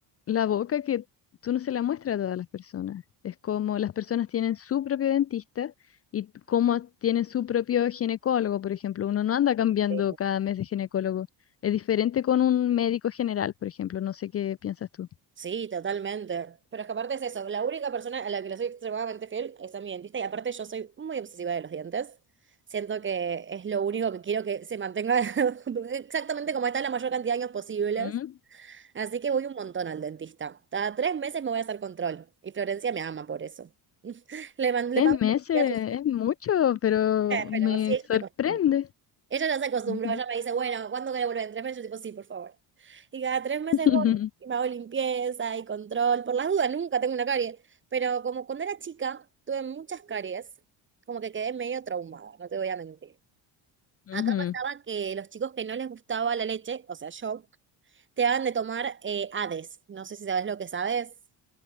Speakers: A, on the left; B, on the right.
A: la boca que tú no se la muestras a todas las personas. Es como las personas tienen su propio dentista y como tienen su propio ginecólogo, por ejemplo. Uno no anda cambiando
B: Sí,
A: cada mes de ginecólogo. Es diferente con un médico general, por ejemplo. No sé qué piensas tú.
B: Sí, totalmente. Pero es que aparte es eso, la única persona a la que le soy extremadamente fiel es a mi dentista y aparte yo soy muy obsesiva de los dientes. Siento que es lo único que quiero que se mantenga <laughs> exactamente como está la mayor cantidad de años posibles.
A: Mm.
B: Así que voy un montón al dentista. Cada tres meses me voy a hacer control y Florencia me ama por eso. <laughs> Le, man-
A: Tres
B: le pago
A: meses
B: a sus
A: es mucho, pero me
B: pero sí, ella
A: sorprende.
B: se acostumbra. Ella ya se acostumbró,
A: Ujú.
B: ella me dice, bueno, ¿cuándo querés volver? ¿En tres meses? Yo tipo, sí, por favor. Y cada tres meses
A: <laughs>
B: voy y me hago limpieza y control. Por las dudas, nunca tengo una carie. Pero como cuando era chica, tuve muchas caries, como que quedé medio traumada, no te voy a mentir.
A: Ujú.
B: Acá pasaba que los chicos que no les gustaba la leche, o sea, yo, te daban de tomar eh, Hades. No sé si sabes lo que sabes.